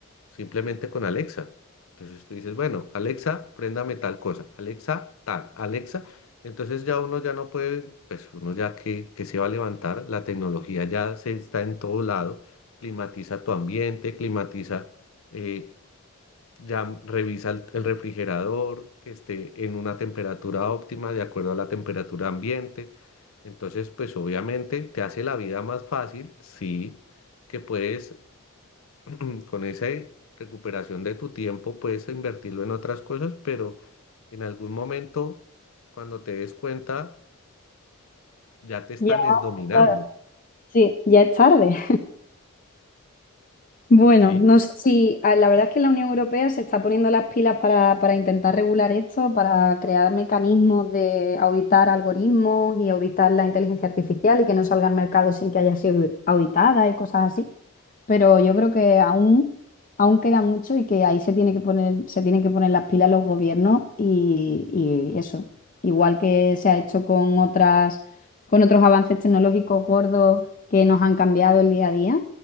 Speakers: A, on the left (about 75°); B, on the left (about 40°).
A: simplemente con Alexa. Entonces tú dices, bueno, Alexa, préndame tal cosa, Alexa, tal, Alexa, entonces ya uno ya no puede, pues uno ya que, que se va a levantar, la tecnología ya se está en todo lado, climatiza tu ambiente, climatiza, eh, ya revisa el, el refrigerador que esté en una temperatura óptima de acuerdo a la temperatura ambiente. Entonces, pues obviamente te hace la vida más fácil, sí, que puedes mm, con esa recuperación de tu tiempo, puedes invertirlo en otras cosas, pero en algún momento, cuando te des cuenta ya te están
B: Ya,
A: es dominando.
B: claro. Sí, ya es tarde. Bueno,
A: ¿sí?
B: no sé si ah, la verdad es que la Unión Europea se está poniendo las pilas para, para intentar regular esto, para crear mecanismos de auditar algoritmos y auditar la inteligencia artificial y que no salga al mercado sin que haya sido auditada y cosas así. Pero yo creo que aún, aún queda mucho y que ahí se tiene que poner, se tienen que poner las pilas los gobiernos y, y eso. Igual que se ha hecho con otras, con otros avances tecnológicos gordos que nos han cambiado el día a día